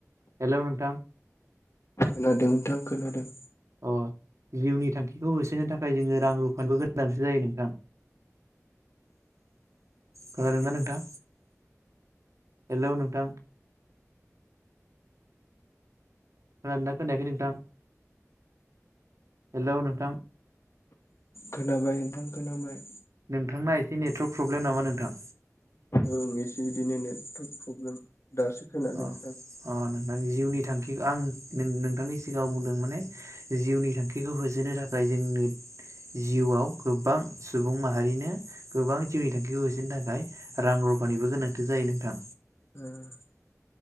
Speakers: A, on the right (about 70°); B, on the left (about 60°).
A: हेल' नोंथां?
B: खोनादों नोंथां खोनादों
A: अ जिउनि थांखिखौ होसोनो थाखाय जोङो रां रुफानबो गोनांथि जायो नोंथां खोनादों ना नोंथां हेल' नोंथां खोनादों ना खोनायाखै नोंथां हेल' नोंथां
B: खोनाबाय नोंथां खोनाबाय
A: नोंथांना एसे नेटवर्क प्रब्लेम नामा नोंथां
B: औ एसे बिदिनो नेटवर्क प्रब्लेम दासो खोनादों
A: अ
B: नोंथां
A: अ नोंथांनि जिउनि थांखि आं नोंथांनि सिगाङाव बुंदों माने जिउनि थांखिखौ होसोनो थाखाय जोंनो जिउआव गोबां सुबुं माहारिनो गोबां जिउनि थांखिखौ होसोनो थाखाय रां रु रफानिबो गोनांथि जायो नोंथां
B: <unintelligible>